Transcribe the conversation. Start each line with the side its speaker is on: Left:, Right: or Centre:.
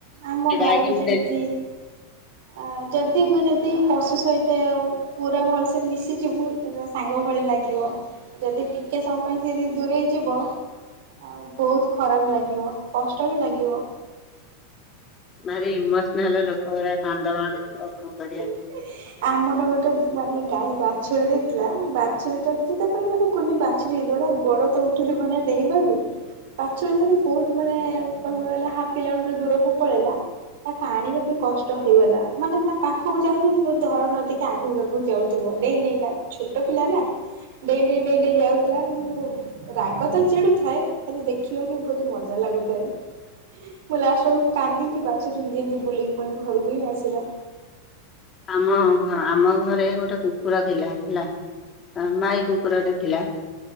Right: ଆମ
Left: ସେ
Right: ଗାଈ
Left: ଗାଈକି
Right: ବି
Left: ମୁଁ
Right: ସେମିତି।
Left: ଡେଲି
Right: ଆ ଯଦି ମୁଁ ଯଦି ପଶୁ ସହିତେ ପୁରା ଭଲସେ ମିଶିଯିବୁ ତୁମେ ସାଙ୍ଗ ଭଳି ଲାଗିବ। ଯଦି ଟିକେ ସମୟ ପାଇଁ ସିଏ ଯଦି ଦୂରେଇ ଯିବ। ଆଉ ବୋହୁତ ଖରାପ ଲାଗିବ କଷ୍ଟ ବି ଲାଗିବ।
Left: ଭାରି ଇମୋସନାଲ ଲୋକ ଗୂରା କାନ୍ଦ ମାଡୁଥିବ କଣ କରିବା।
Right: ହ <inaudible> ଆମର ଗୋଟେ ମାନେ ଗାଈ ବାଛୁରୀ ଦେଇଥିଲା ବାଛୁରୀଟା ସେତେବେଳେ ମାନେ କୁନି ବା ବାଛୁରୀ <unintelligible> ଗୋଡ ତ ଉଠିଥିବ ନା ଡେଇଁବାକୁ। ବାଛୁରି <unintelligible> ବୋହୁତ ମାନେ କହିବାକୁ ଗଲେ ହାପ କିଲୋମିଟର ଦୂରକୁ ପଳେଇଲା। ତାକୁ ଆଣିବାକୁ କଷ୍ଟ ହେଇଗଲା ମାନେ ତା ପାଖକୁ ଯାଉଥିବୁ ଧରା ନ ଦେଇକି ଆଗକୁ ଆଗକୁ ଯାଉଥିବ ଡେଇଁ ଡେଇଁକା ଛୋଟ ପିଲା ନା। ଡେଇଁ ଡେଇଁ ଯାଉଥିଲା ମୁଁ ରାଗ ତ ଚିଡୁଥାଏ ହେଲେ ଦେଖିବାକୁ ବୋହୁତ ମଜା ଲାଗୁଥାଏ। ମୁଁ ଲାଷ୍ଟ ବେଳକୁ କାନ୍ଦିଲି ବାଛୁରି ଯେମିତି ବୁଲିକି ପୁଣି ଘରକୁ ହିଁ ଆସିଲା।
Left: ଆମ ଘ ଆମ ଘରେ ଗୋଟେ କୁକୁର ଥିଲା ହେଲା। ମାଇ କୁକୁର ଟେ ଥିଲା।